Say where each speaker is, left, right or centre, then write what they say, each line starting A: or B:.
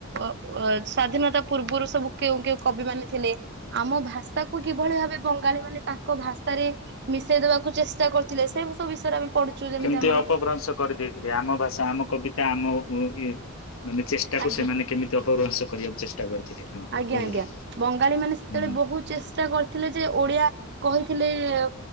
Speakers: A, on the right; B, on the left.
A: ଅ ଅ ସ୍ଵାଧୀନତା ପୂର୍ବରୁ ସବୁ କେଉଁ କେଉଁ କବି ମାନେ ଥିଲେ ଆମ ଭାଷା କୁ କିଭଳି ଭାବେ ବଙ୍ଗା ମାନେ ତାଙ୍କ ଭାଷାରେ ମିଶେଇଦବାକୁ ଚେଷ୍ଟା କରିୁଥିଲେ ସେଇବୁ ବିଷୟରେ ଆମେ। ପଢୁଛୁ ଯେମିତି
B: କେମିତି
A: ଆମର
B: ଅପଭ୍ରଂଶ କରିଦେଇଥିଲି ଆମ ଭାଷା ଆମ କବିତା। ତା ଆମ ଉ ଇଏ। ମାନେ ଚେଷ୍ଟା
A: ଆଜ୍ଞା
B: କୁ ସେମାନେ କେମିତି ଅପଗ୍ରହଂସ କରିବାକୁ ଚେଷ୍ଟା <unintelligible>
A: ଆଜ୍ଞା
B: ବୁଝିଲି
A: ଆଜ୍ଞା ବଙ୍ଗାଳୀ ମାନେ ସେତେବେଳେ
B: ହୁଁ।
A: ବହୁତ ଚେଷ୍ଟା କରିଥିଲେ ଯେ ଓଡିଆ କହିଥିଲେ ଏ